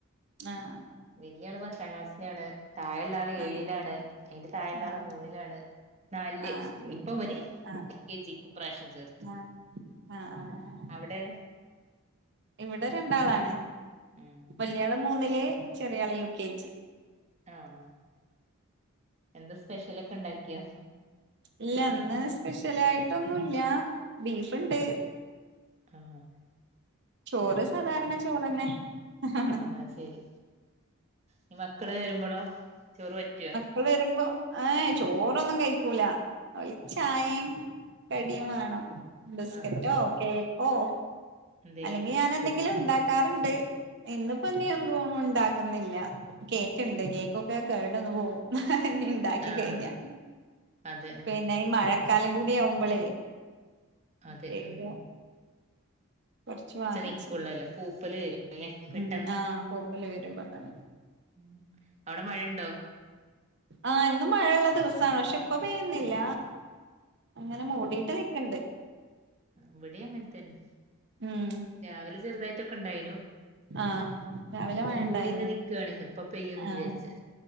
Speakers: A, on the right; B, on the right.
A: ആഹ്
B: വല്യ ആള് പത്താം ക്ലാസ്സിലാണ് താഴെയുള്ള ആള് ഏഴിലാണ്
A: ആഹ്
B: അയിന്റെ താഴെയുള്ള
A: ആഹ്
B: ആള് മൂന്നിലാണ്. നാലില്
A: ആഹ്
B: ഇപ്പം ഇവന്
A: ആഹ്
B: കെ ജി ക്ക് ഇപ്രാവശ്യം ചേർത്തു.
A: ആഹ് ആഹ് ആഹ്
B: അവിടെ
A: ഇവിടെ രണ്ടാളാണ്.
B: ഉം
A: വല്യാള് മൂന്നില് ചെറിയാള് യു കെ ജി
B: ആഹ് ആഹ് എന്താ സ്പെഷ്യലൊക്കെ ഉണ്ടാക്കിയോ?
A: ഇല്ല ഇന്ന് സ്പെഷ്യലായിട്ടൊന്നും ഇല്ല ബീഫ്ണ്ട്
B: ആഹ്
A: ചോറ് സാധാരണ ചോറന്നെ ആണ്.
B: ആഹ് അത് ശെരി ഇനി മക്കള് വരുമ്പൊളോ ചോറ് പറ്റുവോ?
A: ക്കള് വരുമ്പോ ഏയ് ചോറൊന്നും കയിക്കൂല അവർക്ക് ചായേം കടിം വേണം ബിസ്കറ്റോ
B: ആഹ്
A: കേക്കോ
B: എന്തേലൊക്കെ
A: അല്ലെങ്കിൽ ഞാൻ എന്തെങ്കിലും ഉണ്ടാക്കാറുണ്ട് ഇന്ന് ഇപ്പം ഇനി എന്തുവാ ഉണ്ട ക്കുന്നില്ല കേക്ക് ഇണ്ട് കേക്കൊക്കെ കേട് വന്ന് പോവും ഇണ്ടാക്കി
B: ആഹ്
A: കഴിഞ്ഞാ
B: അതെ ഉം
A: പിന്നെ ഈ മഴക്കാലം കൂടി ആവുമ്പളേ
B: അതെ
A: കേക്ക്
B: ഉം
A: കൊറച്ച് വാങ്ങിച്ച്
B: നിക്കുള്ളല്ലോ പൂപ്പല് വരുംല്ലേ പെട്ടെന്ന്
A: ഉം ആഹ പൂപ്പല് വെരും പെട്ടന്ന്
B: ഉം അവിടെ മഴണ്ടോ
A: ആഹ ഇന്ന് മഴള്ള ദിവസാണ് പക്ഷെ ഇപ്പ പെയ്യുന്നില്ല അങ്ങനെ മൂടീട്ട് നിക്ക്ണ്ട്
B: ഇവിടെം അങ്ങനെ തന്നെ
A: ഉം
B: രാവിലെ ചെറുതായിട്ടൊക്കെ ഇണ്ടായിനു
A: ആഹ് രാവിലെ
B: ഇപ്പം
A: മഴ
B: മൂടിങ്ങ്
A: ഇണ്ടായിന്നു
B: നിക്കാണ് എപ്പം പെയ്യുംന്ന്
A: ആഹ്
B: വിചാരിച്ച്